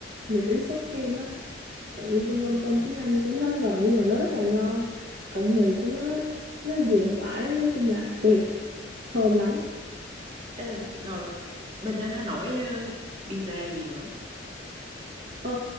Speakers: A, on the right; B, on the right.
A: mì Ý sốt kem á tự nhiên tôi
B: ờ,
A: quên tên tiếng Anh của nó rồi nhưng mà nó rất là ngon cộng mì của nó nó vừa phải á, nói chung là tuyệt thơm lắm
B: ê, rồi bên đó nó nổi ờ, pizza gì nữa
A: ờ,